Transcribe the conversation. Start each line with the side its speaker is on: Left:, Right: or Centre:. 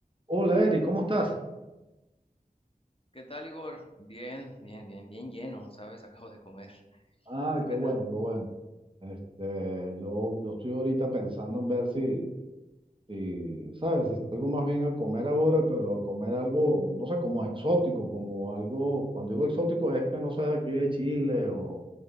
Right: Hola Eric, ¿cómo estás?
Left: ¿Qué tal, Igor? Bien, bien, bien, bien lleno, ¿sabes? <laughs> Acabo de comer.
Right: Ah,
Left: ¿Tú
Right: qué
Left: qué
Right: bueno,
Left: tal?
Right: qué bueno. Este, yo, yo estoy ahorita pensando en ver si, si, ¿sabes? Si salgo más bien a comer ahora, pero a comer algo, no sé, como exótico, como algo, cuando digo exótico es que no sé, aquí de Chile o,